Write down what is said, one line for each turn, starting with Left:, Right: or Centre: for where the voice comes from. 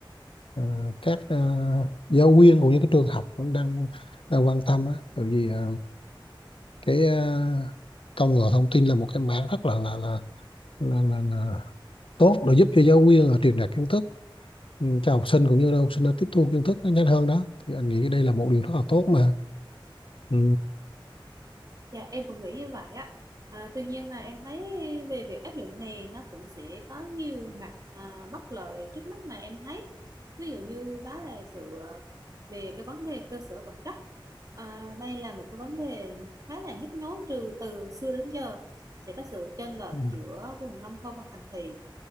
Left: ờ, các ờ, giáo viên cũng như các trường học cũng đang đang quan tâm á tại vì ờ, cái ờ, công nghệ thông tin là một cái mảng rất là là là là, là, là tốt để giúp cho giáo viên ở truyền đạt kiến thức ừ, cho học sinh cũng như là học sinh nó tiếp thu kiến thức nó nhanh hơn đó thì anh nghĩ cái đây là một điều rất là tốt mà ừ.
Right: Dạ em cũng nghĩ như vậy á. À, tuy nhiên mà em thấy về việc áp dụng này nó cũng sẽ có nhiều mặt à, bất lợi trước mắt mà em thấy. Ví dụ như đó là sự ờ, về cái vấn đề cơ sở vật chất À, đây là một cái vấn đề khá là nhức nhối từ từ xưa đến giờ sẽ có sự chênh lệch
Left: Ừ.
Right: giữa vùng nông thôn và thành thị